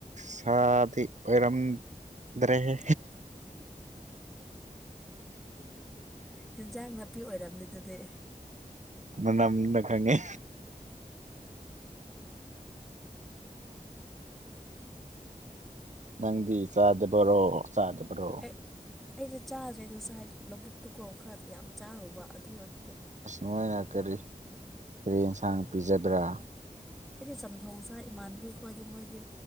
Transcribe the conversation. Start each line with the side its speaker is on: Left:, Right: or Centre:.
Right: ꯁꯥꯗꯤ ꯑꯣꯏꯔꯝꯗ꯭ꯔꯦꯍꯦ
Centre: ꯍꯦꯟꯖꯥꯡ ꯅꯥꯄꯤ ꯑꯣꯏꯔꯝꯅꯤ ꯑꯗꯨꯗꯤ
Right: ꯃꯅꯝꯅ ꯈꯪꯉꯦ ꯅꯪꯗꯤ ꯆꯥꯗꯕꯔꯣ ꯆꯥꯗꯕꯔꯣ
Centre: ꯑꯩ ꯑꯩꯗꯤ ꯆꯥꯗ꯭ꯔꯦ ꯉꯁꯥꯏ ꯂꯧꯕꯨꯛꯇꯨꯀꯣ ꯈꯔꯗ ꯌꯥꯝ ꯆꯥꯔꯨꯕ ꯑꯗꯨ ꯑꯣꯏ
Right: ꯑꯁ ꯃꯣꯏꯅ ꯀꯔꯤ ꯀ꯭ꯔꯤ ꯌꯦꯟꯁꯥꯡ ꯄꯤꯖꯕꯔꯥ
Centre: ꯑꯩꯗꯤ ꯆꯝꯊꯣꯡ ꯆꯥ ꯏꯃꯥꯟꯅꯕꯤ ꯈꯣꯏꯗꯤ ꯃꯣꯏꯗꯤ